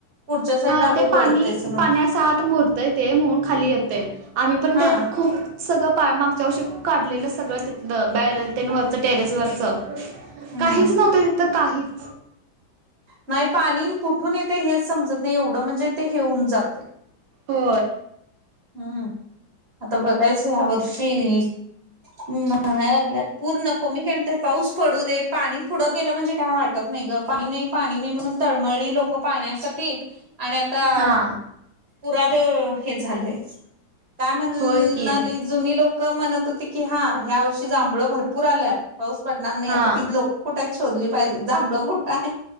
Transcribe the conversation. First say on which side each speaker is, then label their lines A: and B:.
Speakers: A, on the right; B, on the right.
A: पुढच्या साईडला
B: हा
A: अगं
B: ते
A: गळतय
B: पाणी
A: सगळं
B: पाण्यास हात मोरतय ते म्हणून खाली येते, आम्ही पण
A: हा
B: ते खूप. सगळ पा मागच्या वर्षी काढलेलं सगळं तिथलं बॅरल टेन वरच टेरेस वरच
A: हम्म
B: काहीच नव्हत तिथं काहीच
A: नाही पाणी कुठून येते हेच समजत नाही एवढं म्हणजे ते हेऊन जातं
B: हो.
A: हम्म आता बघायचं या वर्षी् हांाय लागल्यात पूर्ण कमी काणता पाऊस पडू दे पाणी पुढं गेलं म्हणजे, काय वाटत नाही ग पाणी नाही. पाणी नाही म्हणून तळमळी लोक पाहण्यासाठी आणि आता
B: हा
A: पुराात हे झालंय काय म्हणणाली
B: होय की
A: जुनी लोक म्हणत होती, की हा ह्या वर्षी जांभळ भरपूर आल्यात पाऊस पडणार नाही
B: हा
A: आता तिथ लोक. कुठ शोधली पाहिजे जांभळं कुठं आहे